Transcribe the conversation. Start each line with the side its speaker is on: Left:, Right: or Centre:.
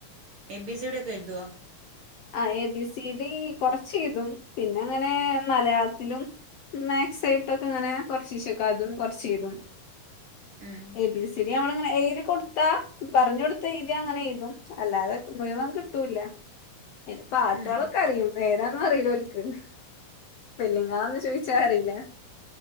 Right: എ ബി സി ഡി ഒക്കെ എഴുതൊ?
Left: ആ എ ബി സി ഡി കൊറചെയ്തും പിന്നെ ഇങ്ങനെ മലയാളത്തിലും. മാക്സ് ആയിട്ടൊക്കെ ഇങ്ങനെ കൊറചീച്ചക്ക അതും കൊറച്ച്തും
Right: ഉം
Left: എ ബി സി ഡി നമ്മളിങ്ങനെ എഴുതി കൊടുത്താ പറഞ്ഞു കൊടുത്ത എഴുതി അങ്ങനെ എഴുതും അല്ലാതെ മുഴുവൻ ട്ടൂല്ല അതിന്റെ പാട്ടാളൊക്കെ
Right: ഉം
Left: അറിയും ഏതാന്നും അറിയില്ലോ ഒക്ക്. സ്പെല്ലിങ്ങൾ ഒന്നും ചോദിച്ചാ അറിയില്ല.